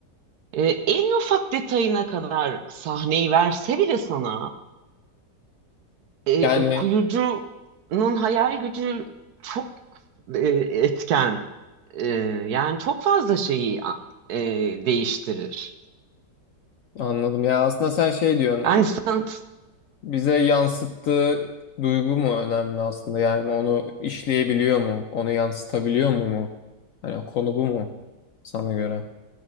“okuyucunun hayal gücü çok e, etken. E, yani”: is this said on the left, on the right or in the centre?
Right